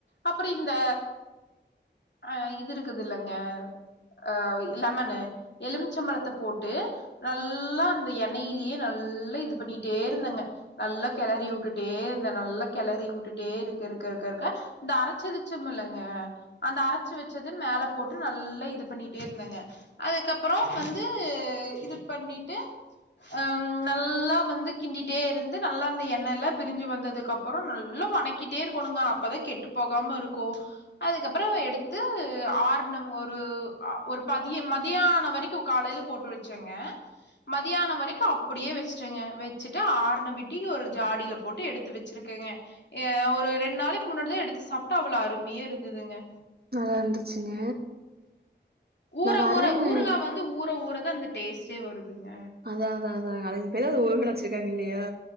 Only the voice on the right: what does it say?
நல்லா இருந்துச்சுங்க
நா வர்றேங்க
அதா அதா அதா அதுக்குதே ஊறுகான் வெச்சுர்காங் இல்லையா